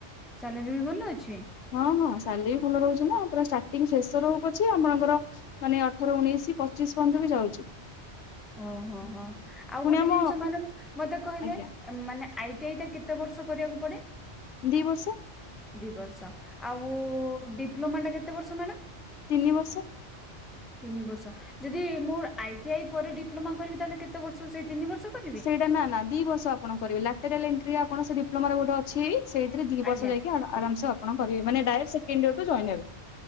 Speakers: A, in the centre; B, on the left.
A: ସାଲେରୀ ବି ଭଲ ଅଛି?
B: ହଁ ହଁ ସାଲେରୀ ଭଲ ରହୁଚି ନା ପୁରା ଷ୍ଟାର୍ଟିଂ ପ୍ରେସର ରହୁ ପଛେ ଆପଣ ଙ୍କ ଅଠର ମାନେ ଅଠର, ଉଣେଇଶି, ପଚିଶି ପର୍ଯ୍ୟନ୍ତ ବି ଯାଉଚି।
A: ଓହୋ ହୋ ହୋ ଆଉ
B: ପୁଣି
A: ଗୋଟେ
B: ଆମ
A: ଜିନିଷ ମ୍ୟାଡ଼ମ୍ ମୋତେ କହିଲେ?
B: ଆଜ୍ଞା
A: ଏ ମାନେ ଆଇଟିଆଇ ଟା କେତେ ବର୍ଷ କରିବାକୁ ପଡେ?
B: ଦି ବର୍ଷ।
A: ଦି ବର୍ଷ, ଆଉ ଡିପ୍ଲୋମା ଟା କେତେ ବର୍ଷ ମ୍ୟାଡ଼ମ୍?
B: ତିନି ବର୍ଷ।
A: ତିନି ବର୍ଷ, ଯଦି ମୁଁ ଆଇଟିଆଇ ପରେ ଡିପ୍ଲୋମା କରିବି, ତାହେଲେ କେତେ ବର୍ଷ ସେଇ ତିନି ବର୍ଷ କର
B: ସେଇଟା ନା ନା ଦି ବର୍ଷ ଆପଣ କରିବେ, ଲାଟେରାଲଏଣ୍ଟ୍ରି ଆପଣ ସେ ଡିପ୍ଲୋମାର ଗୋଟେ ଅଛି ସେଇ ସେଠି ଦି ବର୍ଷ
A: ଆଜ୍ଞା
B: ଯାଇକି ଆଡା ଆରାମ ସେ ଆପଣ କରିବେ, ମାନେ ଡାଇରେକ୍ଟ ସେକଣ୍ଡ ଇୟର୍ କୁ ଜଏନ୍ ହେବେ।